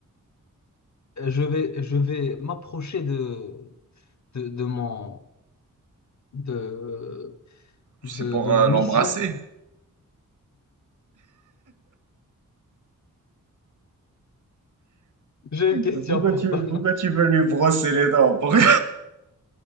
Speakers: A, on the left; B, on the right.
A: Euh, Je vais, je vais m'approcher de, de, de mon, de, de,
B: C'est pour
A: de ma
B: euh,
A: mission.
B: l'embrasser.
A: J'ai une question
B: Mais Pourquoi
A: pour
B: tu,
A: toi.
B: pourquoi tu veux lui brosser les dents? Pourquoi-